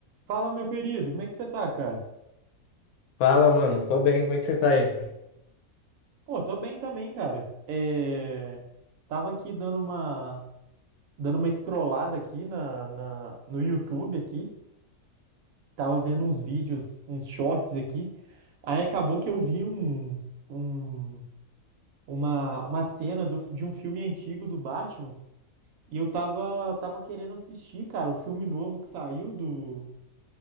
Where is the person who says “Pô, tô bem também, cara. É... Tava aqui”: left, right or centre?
Right